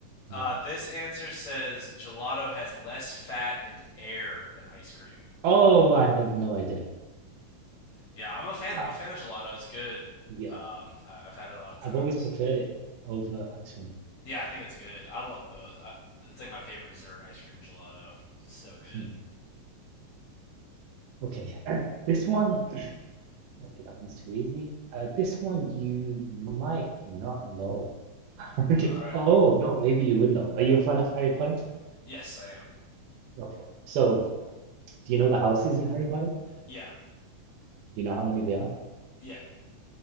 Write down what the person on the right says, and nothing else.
No,
that's so
good.
Oh, I had no idea.
Ah,
yeah,
I've always preferred it over ice cream.
Hmm. Okay, <clears throat> this one, okay, that one's too easy. Uh, this one you might not know. <laughs>
Okay,
oh no, maybe you would know. Are you a fan of Harry Potter?
Okay, so do you know the houses in Harry Potter? Do
you know how many they are?